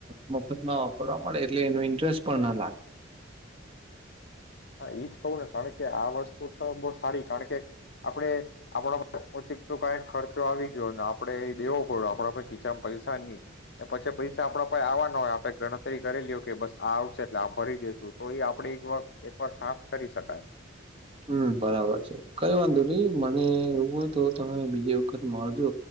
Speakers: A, on the right (about 30°); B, on the left (about 55°).
A: મફતમાં વાપરવા મળે એટલે એનો ઇન્ટરેસ્ટ પણ ના લાગે.
B: હા એજ કહું ને કારણ કે આ વસ્તુ તો બહુ સારી કારણ કે આપે આપણા ઓચીક તો કંઈક ખર્ચો આવી ગયો ને આપડે એ દેવો પડ આપણા પ ખીચામાં પૈસા નહી પછી પૈસા આપડા પસે આવવા ના હોય આપે ગણતરી કરેલી હો કે બસ આ આવશે એટલે આપ ભરી દેસું તો એ આપણે એક વા એ પણ સાસ કરી શકાય.
A: હમ બરાબર છે કઈ વાંધો નહી મને એવું હોય તો તમે બીજી વખત મળજો